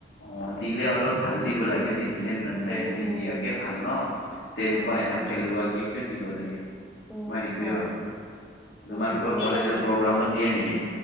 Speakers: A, on the left (about 65°); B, in the centre.
A: অ দিলে অলপ ভাল দিব লাগে নি দিলে নাই
B: উম
A: নিদিয়াকে
B: উম
A: ভাল ন, তেনেকুৱা
B: উম
A: এনে
B: হয়
A: পেলুৱাকে কিয় দিব লাগে।
B: উম
A: মই সেইটোৱে
B: হয়
A: ভাবো। তোমালোকৰ
B: উম এনেকুৱাই
A: কলেজৰ
B: হয়।
A: প্ৰগ্ৰামত দিয়ে নেকি?